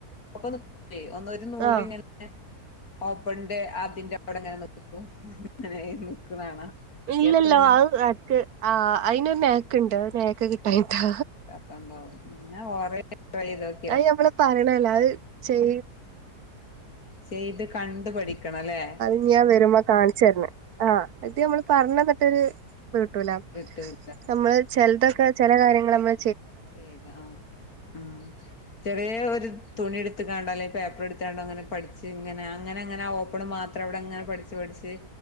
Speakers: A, on the left (about 65°); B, on the right (about 70°).
A: ഒപ്പം നിക്കൂ ഒന്ന് ഒരു നൂലിങ്ങനെ
B: ആഹ്
A: ഓപ്പൺന്റെ അതിന്റെ അവിടെങ്ങനെ നിക്കും അങ്ങനെ നിക്കുണ് കാണാ
B: ഇല്ലല്ല
A: എത്ര ഞാൻ
B: ആഹ് അക്ക് ആഹ് അതിന് ഒരു നേക്ക് ഉണ്ട് ആഹ് നേക്ക് കിട്ടാഞ്ഞിട്ടാ
A: <unintelligible>
B: അത് നമ്മള് പറയണല്ല അത് ചെയ
A: ചെയ്ത് കണ്ടു പഠിക്കണം അല്ലേ
B: ഇനി ഞാൻ വരുമ്പോ കാണിചു തരണ്ട് ആഹ് ഇത് നമ്മള് പറഞ്ഞ കത്തൊരു കിട്ടൂല
A: കിട്ടൂല
B: നമ്മള് ചിലതൊക്കെ ചില കാര്യങ്ങൾ നമ്മൾ
A: ചെയത ആഹ് ആഹ് ചെറിയ ഒരു തുണി എടുത്തക്കാണ്ടോ അല്ലെങ്കിൽ പേപ്പർ എടുത്തക്കാണ്ടോ അങ്ങനെ പഠിച്ച് ഇങ്ങനെ അങ്ങനെ അങ്ങനെ ആ ഓപ്പൺ മാത്രം അത്രവിടെ അങ്ങനെ പഠിച്ചു പഠിച്ച്